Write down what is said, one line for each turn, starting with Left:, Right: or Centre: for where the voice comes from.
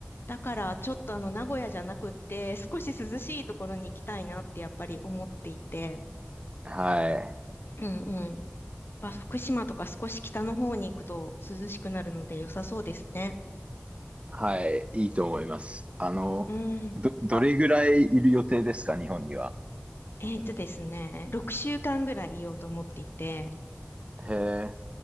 Left: だから、ちょっとあの、名古屋じゃなくって、少し涼しいところに行きたいなってやっぱり思っていて、
Right: はい。
Left: うんうん。まあ、福島とか少し北の方に行くと涼しくなるので良さそうですね。
Right: はい。いいと思います。あの、
Left: うん。
Right: ど、どれぐらいいる予定ですか、日本には。
Left: えーっとですね、6週間ぐらいいようと思っていて、
Right: へえ。